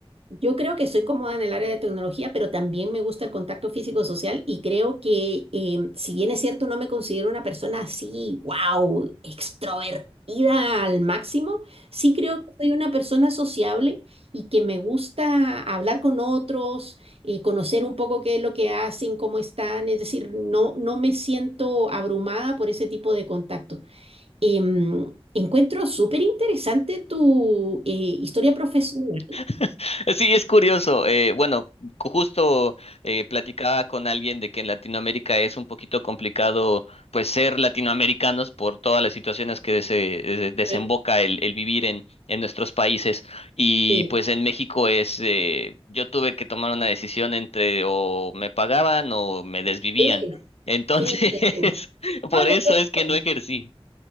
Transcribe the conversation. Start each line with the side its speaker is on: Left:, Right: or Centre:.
Right: Yo creo que estoy cómoda en el área de tecnología, pero también me gusta el contacto físico-social y creo que em, si bien es cierto, no me considero una persona así, wow, extrovertida al máximo, sí creo que soy una persona sociable y que me gusta hablar con otros, eh, conocer un poco qué es lo que hacen, cómo están, es decir, no, no me siento abrumada por ese tipo de contacto. Em, encuentro súper interesante tu eh, historia profesional.
Left: <laughs> Sí, es curioso. eh, bueno, cu- justo eh, platicaba con alguien de que en Latinoamérica es un poquito complicado, pues, ser latinoamericanos por todas las situaciones que se desemboca
Right: Sí,
Left: el, el vivir en, en nuestros países. Y
Right: sí.
Left: pues en México es, eh, yo tuve que tomar una decisión entre o me pagaban o me desvivían.
Right: Sí,
Left: Entonces,
Right: sí, te
Left: <laughs>
Right: entiendo.
Left: por
Right: No, yo-
Left: eso
Right: yo te
Left: es que no
Right: entiendo.
Left: ejercí.